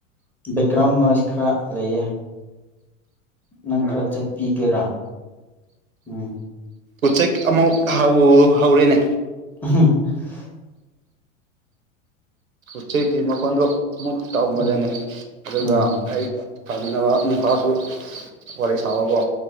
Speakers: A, in the centre; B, on the right (about 80°).
A: ꯕꯦꯛꯒ꯭ꯔꯥꯎꯟ ꯅꯣꯏꯁ ꯈꯔ ꯂꯩꯌꯦ ꯅꯪ ꯈꯔ ꯆꯠꯄꯤꯒꯦꯔꯥ ꯎꯝ
B: ꯎꯆꯦꯛ ꯑꯃꯨꯛ ꯍꯧ ꯍꯧꯔꯦꯅꯦ
A: <unintelligible>
B: ꯎꯆꯦꯛꯒꯤ ꯃꯈꯣꯟꯗꯣ ꯑꯃꯨꯛ ꯇꯧꯕꯗꯅꯦ
A: ꯎꯝ
B: ꯑꯗꯨꯒ
A: ꯎꯝ
B: ꯑꯩꯩꯅ ꯁꯥꯃꯤꯟꯅꯕ ꯅꯨꯄꯥꯗꯨ ꯋꯥꯔꯤ ꯁꯥꯑꯣꯀꯣ